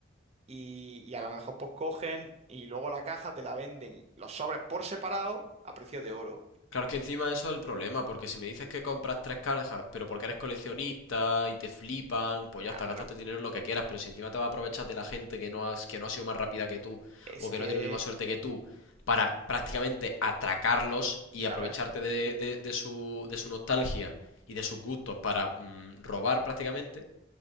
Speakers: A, on the right; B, on the left.
A: y, y a lo mejor pues cogen y luego la caja te la venden los sobres por separado a precio de oro.
B: Claro que encima eso es el problema, porque si me dices que compras tres cajas, pero porque eres coleccionista y te flipan, pues
A: Claro.
B: ya está, gástate el dinero en lo que quieras, pero si encima te vas a aprovechar de la gente que no has- que no ha sido más rápida que tú
A: Es
B: o
A: que,
B: que no tiene la misma suerte que tú para prácticamente atracarlos y
A: ya
B: aprovecharte
A: ves.
B: de, de- de su, de su nostalgia y de sus gustos para mm, robar prácticamente,